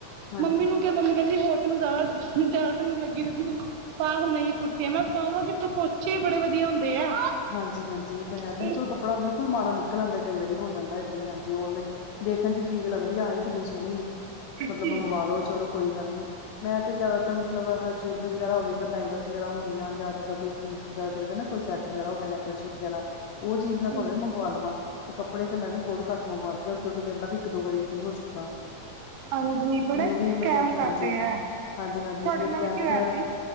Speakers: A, on the left; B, on the right.
A: ਹਾਂਜੀ
B: ਮੰਮੀ ਨੂੰ ਮੰਮੀ ਕਹਿੰਦੀ, ਹੋਰ ਤੈਨੂੰ ਜ਼ਿਆਦਾ-ਜ਼ਿਆਦਾ ਤੈਨੂੰ ਲੱਗੀ ਰਹਿੰਦੀ ਤੂੰ ਪਾ ਹੁਣ ਇਹੀ ਕੁੁੜਤੀ, ਆ ਮੈਂ ਪਾਵਾਂ ਕਿੱਥੇ ਪੋਚੇ ਬੜੇ ਵਧੀਆ ਹੁੰਦੇ ਆ।
A: ਹਾਂਜੀ-ਹਾਂਜੀ ਇਹ ਤਾਂ ਹੈ, ਬਿਲਕੁਲ
B: ਜੀ
A: ਕੱਪੜਾ ਬਿਲਕੁਲ ਮਾੜਾ ਨਿਕਲ ਆਂਦਾ, ਕਈ ਵਾਰੀ ਹੋ ਜਾਂਦਾ ਏਦਾਂ ਹੀ ਹਾਂਜੀ ਔਨਲਾਈਨ ਦੇਖਣ ਚ ਚੀਜ਼ ਲੱਗਦੀ ਆ ਇਹ ਕਿੰਨੀ ਸੋਹਣੀ,
B: ਹਾਂਜੀ
A: ਮਤਲਬ ਮੰਗਵਾ ਲੋ ਚਲੋ ਕੋਈ ਗੱਲ ਨੀ। ਮੈਂ ਤੇ ਜ਼ਿਆਦਾਤਰ ਮਤਲਬ ਅਹ ਜੂਲਰੀ ਵਗੈਰਾ ਹੋ ਗਈ, ਜਿੱਦਾਂ ਬੈਂਗਲਜ਼ ਵਗੈਰਾ ਹੋ ਗੀਆਂ, ਜਾਂ ਜਿੱਦਾਂ ਕੋਈ ਚੀਜ਼ ਵਗੈਰਾ ਸੈੱਟ ਵਗੈਰਾ ਹੋ ਗਿਆ ਨੈਕਲਸ ਵਗੈਰਾ ਉਹ ਚੀਜ਼ ਮੈਂ
B: ਹਾਂਜੀ
A: ਭਾਵੇਂ ਮੰਗਵਾ ਲਵਾਂ, ਤੇ ਕੱਪੜੇ ਤੇ ਮੈਂ ਵੀ ਬਹੁਤ ਘੱਟ ਮੰਗਵਾ ਹੁਣ ਕਿਉਂਕਿ ਮੇਰੇ ਨਾਲ ਵੀ ਇੱਕ ਦੋ ਵਾਰੀ ਇੱਦਾਂ ਹੋ ਚੁੱਕਾ।
B: ਹਾਂਜੀ ਬੜੇ
A: ਮੇਰੀ
B: ਸਕੈਮ
A: ਮਤਲਬ
B: ਕਰਦੇ
A: ਹਾਂਜੀ-ਹਾਂਜੀ-ਹਾਂਜੀ
B: ਆ ਤੁਹਾਡੇ
A: ਮੇਰੀ
B: ਨਾਲ
A: ਲੈਂਥ
B: ਕੀ ਹੋਇਆ ਸੀ